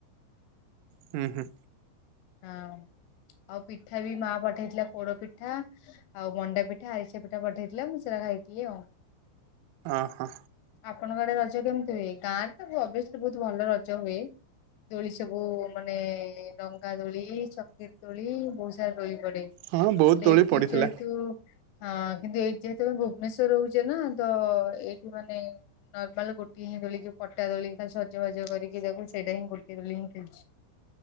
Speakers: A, on the right (about 85°); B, on the left (about 80°).
A: ହୁଁ ହୁଁ।
B: ହଁ ଆଉ ପିଠା ବି ମା ପଠେଇ ହେଇଥିଲା ପୋଡ ପିଠା ଆଉ ମଣ୍ଡା ପିଠା ଆରିସିିଆ ପିଠା ପଠେଇଥିଲା ମୁଁ ସେଇରା ଖାଇଥିଲି ଆଉ।
A: ଓହୋ
B: ଆପଣଙ୍କ ଆଡେ ରଜ କେମିତି ହୁଏ? ଗାଁରେ ତ ଅବସୁଲି ବହୁତ ଭଲ ରଜ ହୁଏ ଦୋଳି ସବୁ ମାନେ ଡ ଡଙ୍ଗା ଦୋଳି ଚକିରି ଦୋଳି ବହୁତ ସାରା ଦୋଳି
A: ହଁ ବହୁତ ଦୋଳି
B: ଏଇଠି
A: ପଡିଥିଲା
B: ଯେହେତୁ ହଁ କିନ୍ତୁ ଏଇଠି ଯେହେତୁ ଆମେ ଭୁବନେଶ୍ୱର ରହୁଛେ ନା ତ ଏଇଠି ମାନେ ନର୍ମାଲ ଗୋଟିଏ ହିଁ ଦୋଳି ପଟା ଦୋଳି ସଜବାଜ କରିକି ତାକୁ ସେଇଟା ହିଁ ଗୋଟିଏ ଦୋଳି ହିଁ ମୁଁ ଖେଳିଛି।